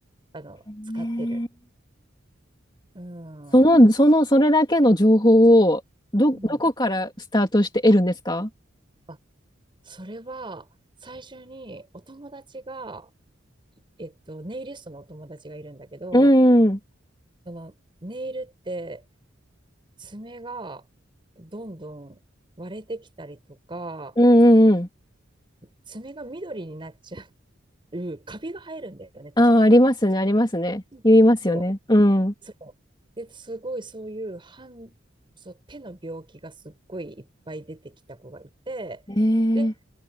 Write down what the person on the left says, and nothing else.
ね
その、その、それだけの情報を、ど、
どこからスタートして得るんですか
うん、うん、
うん、うん。
ああ、ありますね、ありますね。
言いますよね。うん。
え
え、